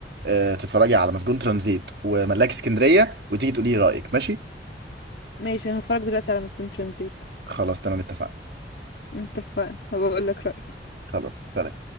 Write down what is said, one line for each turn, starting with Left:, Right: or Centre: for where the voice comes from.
Right: آه، تتفرجي على مسجون ترانزيت وملاك اسكندريه وتيجي تقولي لي رايك ماشي
Left: ماشي انا هتفرج دلوقتي على مسجون ترانزيت
Right: خلاص تمام اتفقنا
Left: اتفقنا هبقى اقول لك رايي
Right: خلاص سلام